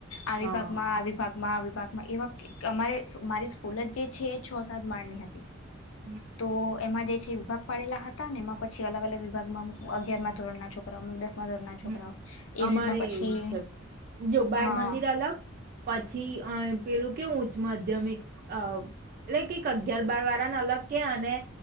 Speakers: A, on the left (about 75°); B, on the right (about 45°).
A: અ
B: હા.
A: પાકમાં આવી પાકમાં આવી. ાગમાં એ અમારે મારી સ્કૂલ જ જે છે એ છ સાત માળની હતી
B: હમ.
A: તો, એમાં જે છે વિભાગ પાડેલા હતા ને એમાં પછી અલગ અલગ વિભાગમાં અમુ અગ્યારમાં ધોરના છોકરા અમુક દસ માં દરના
B: હમ.
A: છોકરાઓ. એવી
B: અમારે
A: રીતના પછી
B: એવું છે, જો બાર
A: હા
B: મંદિર અલગ, પછી અ પેલું કેવું ઉચ્ચ માધ્યમિક્સ અ એટલે કૈક અગ્યાર બાર વાર <unintelligible> અલગ કે અને